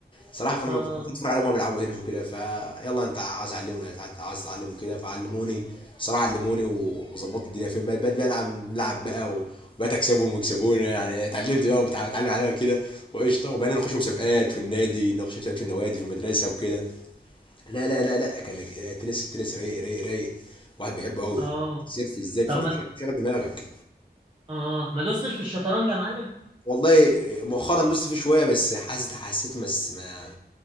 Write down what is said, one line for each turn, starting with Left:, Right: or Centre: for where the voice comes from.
Left: صراحه فما
Right: اه
Left: كنت اتفرج عليهم وهما بيلعبوا هنا وكده فيلا انت عايز اعلمهم عايز تعلمهم كده فعلموني صراحه علموني و- وظبطت الدنيا فين بقيت بقيت بلعب نلعب بقى و- وبقيت اكسبهم ويكسبوني يعني اتعلمت بقى وبتعلم عليها كده وقشطه وبقينا نخش مسابقات في النادي نخش مسابقات في النوادي في المدرسه وكده لا لا لا لا كان التنس التنس رايق رايق رايق واحد بيحبه قوي
Right: اه
Left: سيرف ازاي بفضل
Right: طب ما د-
Left: شغل دماغك
Right: اه آه. ما دوستش في الشطرنج يا معلم
Left: والله مؤخرا دوست فيه شويه بس حاسس حسيته بس ما